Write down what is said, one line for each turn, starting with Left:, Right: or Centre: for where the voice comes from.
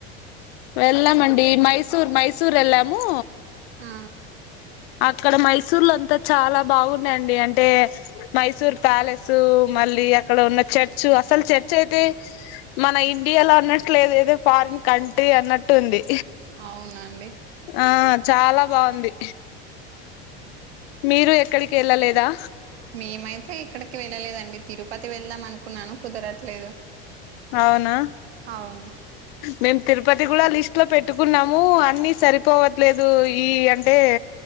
Left: వెళ్ళమండీ మైసూర్ మైసూర్ ఎళ్ళామూ
Right: ఆ
Left: అక్కడ మైసూర్లొంత చాలా బాగున్నాయండి అంటే మైసూర్ ప్యాలెస్సూ మళ్ళీ అక్కడ ఉన్న చర్చు అసల్ చర్చ్ ఐతే మన ఇండియాలో అన్నట్లేదు ఏదో ఫారిన్ కంట్రీ అన్నట్టు ఉంది
Right: ఔనండీ
Left: ఆ చాలా బావుంది
Right: హ <inaudible>
Left: మీరూ ఎక్కడి కెళ్ళలేదా
Right: మేమైతే ఇక్కడికి వెళ్ళలేదండి తిరుపతి వెళ్దాం అనుకున్నాను కుదరట్లేదు
Left: ఔనా
Right: అవును
Left: మేం తిరుపతి గుడ లీస్ట్ లో పెట్టుకున్నామూ అన్నీ సరిపోవట్లేదూ ఈ అంటే